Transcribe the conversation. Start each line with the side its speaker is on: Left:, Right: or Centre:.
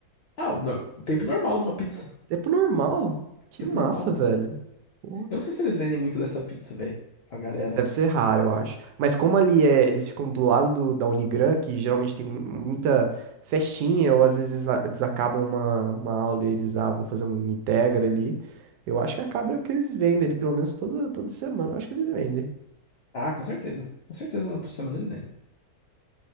Left: Ah, o no- tempo normal de uma pizza.
Right: Tempo normal. Que
Left: Tempo
Right: massa,
Left: normal.
Right: velho. Pô,
Left: Eu não sei se eles vendem muito dessa pizza, velho, pra galera.
Right: Deve ser raro, eu acho. Mas como ali é, eles ficam do lado do- da Unigran, que geralmente tem mu- muita festinha, ou às vezes a- eles acabam uma, uma aula e eles ah, vão fazer um Integra ali. Eu acho que acaba que eles vendem ali, pelo menos toda, toda semana, eu acho que eles vendem.
Left: Ah, com certeza. Com certeza, uma por semana eles vêm, né?